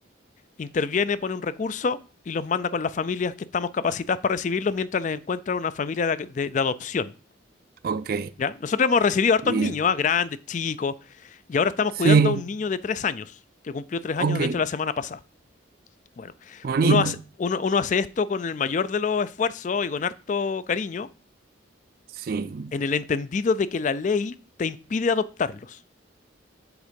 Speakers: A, on the left (about 40°); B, on the right (about 50°).
A: interviene, pone un recurso y los manda con las familias que estamos capacitadas para recibirlos mientras les encuentran una familia de, de- de adopción.
B: ok,
A: ¿Ya? Nosotros hemos recibido hartos
B: bien.
A: niños, ¿ah? Grandes, chicos, y ahora estamos
B: Sí,
A: cuidando a un niño de tres años, que cumplió tres años,
B: ok,
A: de hecho, la semana pasada. Bueno,
B: bonita
A: uno hace, uno, uno hace esto con el mayor de los esfuerzos y con harto cariño,
B: Sí.
A: en el entendido de que la ley te impide adoptarlos.